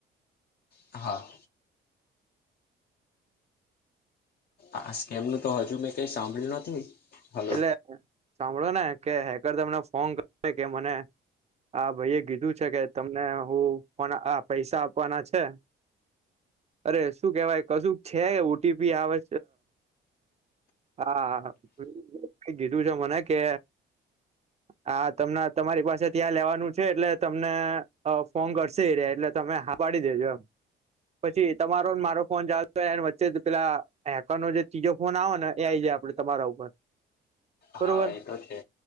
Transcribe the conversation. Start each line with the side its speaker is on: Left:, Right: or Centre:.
Left: હા. આ સ્કેમ નું તો હજુ મેં કઈ સાંભળ્યું નથી. હલો
Right: એટલે સાંભળો ને કે હેકર તમને ફોન કર કે મને હા ભાઈ એ કીધું છે કે તમને હું પન આ પૈસા આપવાના છે. અરે શું કેવાય કશુંક છે ઓટીપી આવે હા કીધું છે મને કે હા તમને તમારી પાસે ત્યાં લેવાનું છે, એટલે તમને ફોન કરશે એરયા એ એટલે તમે હા પાાડી દેજો એમ. પછી તમારોને મારો ફોન ચાલતો હોને વચ્ચે પેલા હેકર નો જે તીજો ફોન આવે ને એ આઈ જાય આપડે તમારા ઉપર. બરોબર
Left: હા એતો છે.